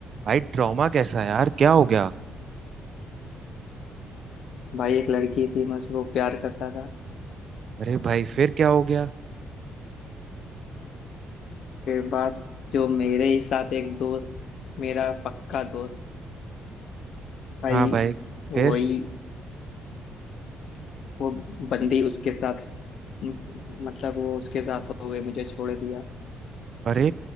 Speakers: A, on the right; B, on the left.
A: भाई ट्रॉमा कैसा है यार क्या हो गया
B: भाई एक लड़की थी मैं उससे वो प्यार करता था
A: अरे भाई फिर क्या हो गया
B: फिर बाद जो मेरे ही साथ एक दोस्त मेरा पक्का दोस्त भाई
A: हाँ भाई
B: वही
A: फिर
B: वो बंदी उसके साथ मतलब वो उसके साथ हो गई मुझे छोड़ दिया
A: अरे